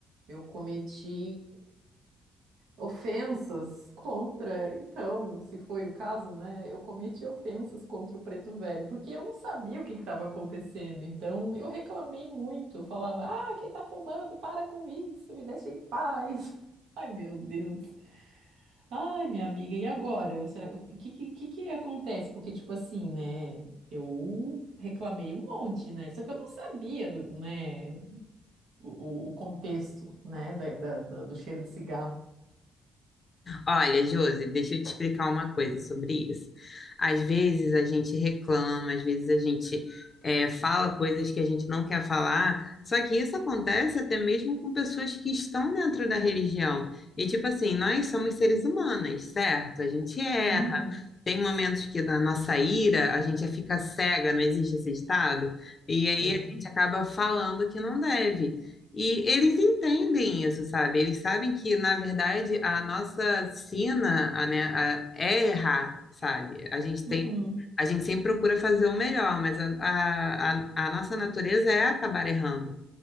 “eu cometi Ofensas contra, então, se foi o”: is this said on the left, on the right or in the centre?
Right